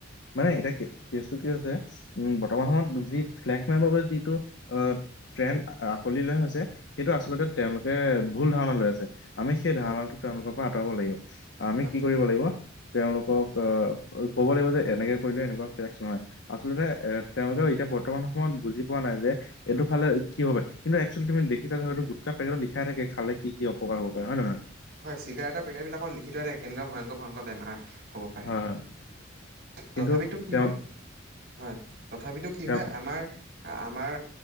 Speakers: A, on the left (about 65°); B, on the right (about 55°).
A: মানে এতিয়া কেচ টো কি হৈছে উম বৰ্তমান সময়ত যি ফ্লেগম বাবে যিটো ট্ৰেণ্ড আকোৱালি লৈ হৈছে সেইটো আচলতে
B: হয়
A: তেওঁলোকে ভুল ধাৰণা লৈ আছে আমি সেই
B: হয়
A: ধাৰণাটো তেওঁলোকৰ পৰা আঁতৰাব লাগিব। আমি
B: হয়
A: কি কৰিব লাগিব তেওঁলোকক আহ ক'ব লাগিব যে এনেকে কৰিলে এনেকুৱা ফে্ছ নাহয়, আচলতে এ তেওঁলোকেও এতিয়া বৰ্তমান সময়ত বুজি পোৱা নাই যে এইটো খালে কি হব পাৰে কিন্তু একচুৱেলি তুমি দেখিছা যে হয়টো গুটকা পেকটত লিখাই থাকে খালে কি কি অউপকাৰ হব পাৰে হয় নে নহয়
B: হয় চিগাৰেটৰ পেকেট বিলাক লিখি থোৱাই কেনেকুৱা ভয়ংকৰ ভয়ংকৰ বেমাৰ হ'ব পাৰে
A: হয় হয়
B: তথাপিতো
A: কিন্তু
B: কি
A: তেওঁ
B: হয় হয় তথাপিতো কি
A: তেওঁ
B: হয় আমাৰ আমাৰ